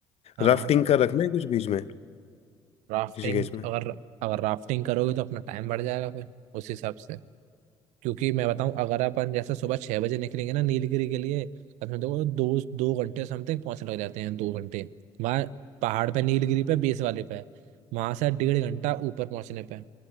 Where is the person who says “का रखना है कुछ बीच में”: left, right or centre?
Left